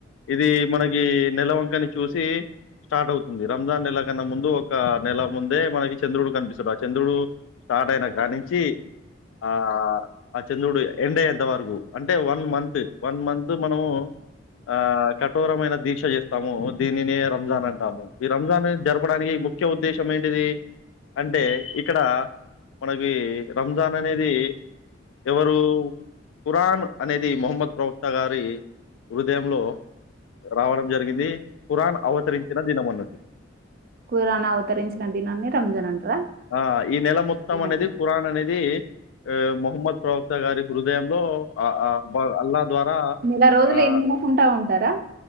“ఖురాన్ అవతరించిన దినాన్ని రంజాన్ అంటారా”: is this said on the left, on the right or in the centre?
Right